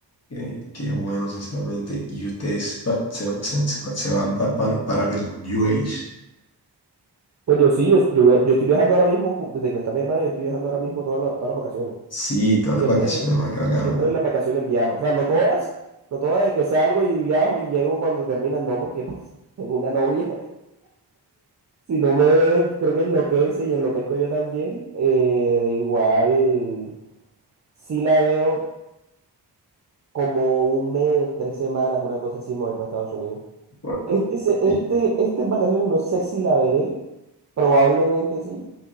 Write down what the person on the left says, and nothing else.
qué, qué bueno, sinceramente. Y ustedes se, va- se, va- se- se va- se van para, para, para los UAs.
Sí, todas las
vacaciones, ah, qué bacano.
Bueno,
sí.